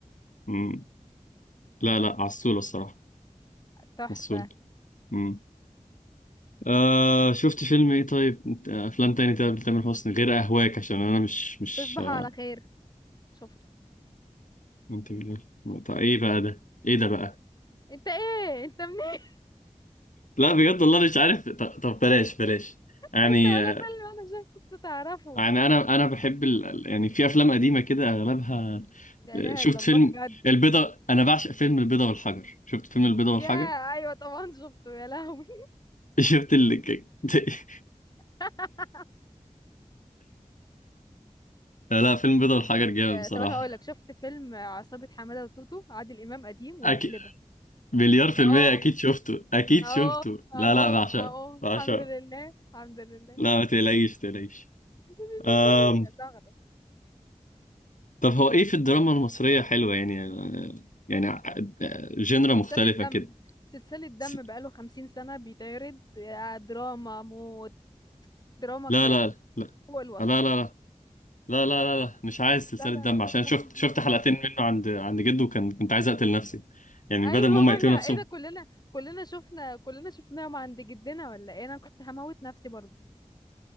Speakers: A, on the left (about 80°); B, on the left (about 30°).
A: مم. لا لا عسولة الصراحة
B: تحفة
A: عسولة مم. آه شفت فيلم ايه طيب انت- افلام تاني طيب لتامر حسني غير اهواك عشان انا مش مش
B: تصبحوا
A: آه،
B: على خير شفته
A: انت بتقول- طب ايه بقى ده ايه ده بقى
B: انت ايه انت منين
A: لا بجد والله مش عارف طب, طب بلاش بلاش
B: <laughs>
A: يعني
B: انت ولا
A: آه،
B: فيلم انا شفته انت تعرفه
A: يعني انا انا بحب ال... ال- يعني في افلام قديمة كده اغلبها
B: لا
A: آه،
B: اله
A: شفت
B: الا الله
A: فيلم
B: بجد
A: البيضة انا بعشق فيلم البيضة والحجر شفت فيلم البيضة
B: يا
A: والحجر
B: ايوه طبعا شفته يا لهوي
A: <laughs> شفت اللي <laughs>
B: <laughs>
A: لا فيلم بيضة والحجر
B: شفت
A: جامد بصراحة
B: طب انا هقول لك شفت فيلم عصابة حمادة وتوتو عادل امام قديم واللبلبة
A: أكيد مليار في
B: اهو
A: المية أكيد شفته أكيد شفته
B: اهو
A: لا
B: اهو
A: لا بعشقه
B: اهو
A: بعشقه
B: الحمد لله الحمد لله
A: لا ما تقلقيش تقلقيش
B: الحمد
A: أم...
B: لله يا زغرة
A: طب هو إيه في الدراما المصرية حلوة يعني يعني ع- جنرا
B: سلسلة
A: مختلفة
B: دم
A: كده
B: سلسلة دم
A: س-
B: بقاله خمسين سنة بيتعرض آه، دراما موت دراما
A: لا
B: كريك
A: لا لا
B: هو الوصف
A: لا لا لا لا لا لا لا مش عايز سلسلة
B: لا لا
A: دم عشان
B: لا لا
A: شفت
B: لا.
A: شفت حلقتين منه عند عند جده وكان كنت عايز أقتل نفسي يعني
B: ايوه
A: بدل ما هم
B: بنا
A: يقتلوا
B: ايه
A: نفسهم
B: ده كلنا كلنا شفنا كلنا شفناهم عند جدنا ولا ايه انا كنت هموت نفسي برضو